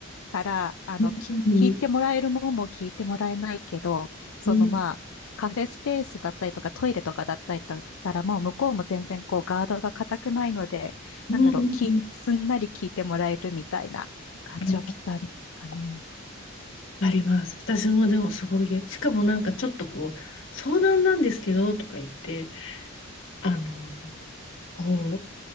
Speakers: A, on the left (about 80°); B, on the left (about 65°).
A: から、あの、
B: うんうん
A: き聞いてもらえるもんも聞いてもらえないけど、そのまあ、
B: うん
A: カフェスペースだったりとかトイレとかだったりだったらもう向こうも全然こうガードが硬くないので、
B: うんうん
A: なんだろう、き、すんなり聞いてもらえるみたいな感じはきっとありますかね。
B: うんあります。私もでもすごい、しかもなんかちょっとこう、相談なんですけど、とか言って、あの、こう、